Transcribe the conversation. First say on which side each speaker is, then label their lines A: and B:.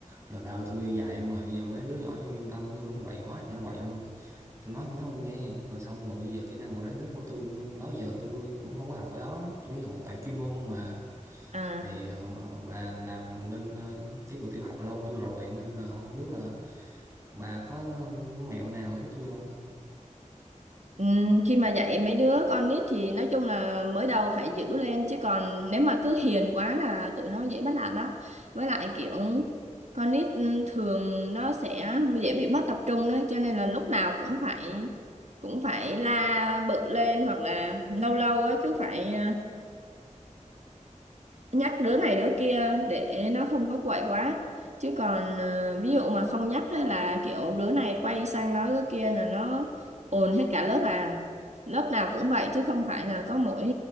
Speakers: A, on the right; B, on the right.
A: Giờ vào tôi dạy mà bây giờ mấy đứa nhỏ trong trung tâm tôi nó quậy quá thì nó quậy luôn. Tôi nói thì nó không nghe. Mà xong rồi bây giờ kỹ năng quản lý đất của tôi đó giờ tôi cũng không có học ở đó. Tôi học toàn chuyên môn không mà.
B: À,
A: Thì ờ, bà, bà làm bên ờ, giáo dục tiểu học lâu hơn tôi rồi nên là không biết là bà có mẹo nào giúp tôi không?
B: ừm, khi mà dạy mấy đứa con nít thì nói chung là mới đầu phải giữ lên chứ còn nếu mà cứ hiền quá là tụi nó dễ bắt nạt lắm. Với lại kiểu con nít ừm, thường nó sẽ dễ bị mất tập trung đấy cho nên là lúc nào cũng phải cũng phải la bự lên hoặc là lâu lâu ấy cứ phải à, nhắc đứa này đứa kia để nó không có quậy quá chứ còn ờ, ví dụ mà không nhắc á là kiểu đứa này quay sang nói đứa kia là nó ồn hết cả lớp à lớp nào cũng vậy chứ không phải là có mỗi